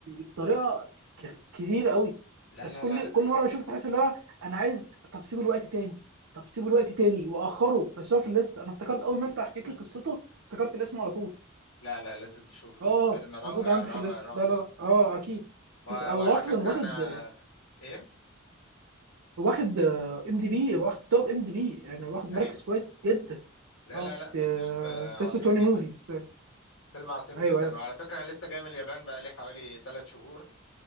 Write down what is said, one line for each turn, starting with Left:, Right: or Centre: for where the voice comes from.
Right: بطريقه ك- كتير قوي
Left: لا
Right: بس
Left: لا
Right: كل
Left: لا
Right: كل مره بشوف تحس اللي هو انا عايز طب سيبه الوقت تاني طب سيبه الوقت تاني واخره بس هو في الليست انا افتكرت اول ما انت حكيت لي قصته افتكرت الاسم على طول
Left: لا لا لازم تشوفه
Right: اه
Left: فيلم رائع
Right: موجود عندي
Left: رائع
Right: في الليست
Left: رائع
Right: لا لا لا اه اكيد
Left: و-
Right: اكيد او
Left: وعلى
Right: اصلا
Left: فكرة
Right: واخد
Left: انا ايه
Right: واخد ام دي بي واخد توب ام دي بي يعني واخد
Left: ايوه
Right: مركز كويس جدا
Left: لا
Right: اه
Left: لا لا
Right: في
Left: فيلم عظيم
Right: بس 20
Left: جدا
Right: موفي بس ايوه
Left: فيلم عظيم
Right: ايوه
Left: جدا وعلى فكرة أنا لسه جاي من اليابان بقالي حوالي ثلاث شهور